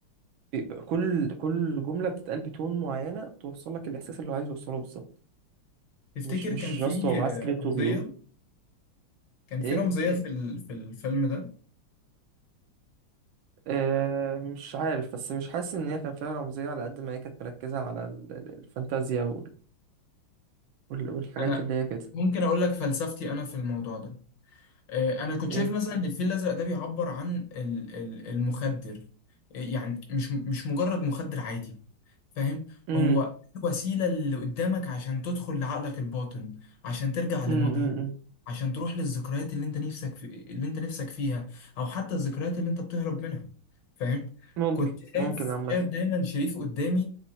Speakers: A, on the right; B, on the left.
A: بيبقى كل كل جمله بتتقال بتون معينه توصل لك الاحساس اللي هو عايز يوصله بالظبط
B: تفتكر
A: مش مش
B: كان في
A: راسته هو معاه سكريبت
B: رمزية
A: وبيقوله
B: كان في
A: ايه
B: رمزية في ال... في الفيلم ده
A: آه مش عارف بس مش حاسس ان هي كان فيها رمزيه على قد ما هي كانت مركزه على ال- ال- الفانتازيا وال وال والحاجات
B: أنا
A: اللي هي كده
B: ممكن أقول لك فلسفتي أنا في الموضوع ده آه، أنا كنت
A: ايه
B: شايف مثلا إن الفيل الأزرق ده بيعبر عن ال... ال- المخدر آه، يعني مش مش مجرد مخدر عادي فاهم
A: امم
B: هو الوسيلة اللي قدامك عشان تدخل لعقلك الباطن عشان ترجع لماضيك
A: امم أمم.
B: عشان تروح للذكريات اللي انت نفسك في... اللي انت نفسك فيها او حتى الذكريات اللي انت بتهرب منها فاهم
A: ممكن
B: كنت شايف
A: ممكن عامه
B: شايف دايما شريف قدامي